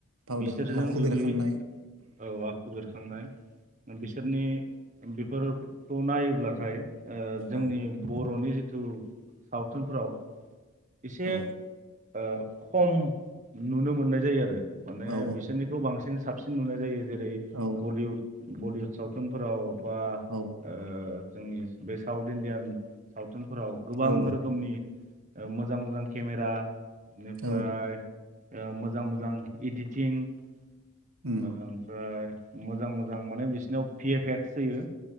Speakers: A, on the right; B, on the right.
A: फाव
B: बिसोरजों
A: देखायनाय आखु
B: जुदि
A: बेरखांनाय
B: औ <unintelligible> थांनाय बिसोरनि बेफोरखौ नायोब्ला नाथाय ओ जोंनि
A: औ
B: ब बर'नि जिथु सावथुनफोराव एसे
A: औ
B: ओ खम नुनो मोननाय जायो आरो माने
A: औ
B: बिसोरनिबो बांसिन साब साबसिन नुनाय जायो। जेरै
A: औ
B: बलिउड बलिउद सावथुनफोराव बा
A: औ
B: ओ जोंनि बे साउथ इण्डियान साव थुनफोराव गोबां
A: औ
B: रोखोमनि ओ मोजां मोजां केमेरा बेनिफ्राय
A: औ
B: ओ मोजां मोजां इडिटिं ओ
A: उम
B: ओमफ्राय मोजां मोजां माने बिसोरनाव पि एफ एक्स होयो।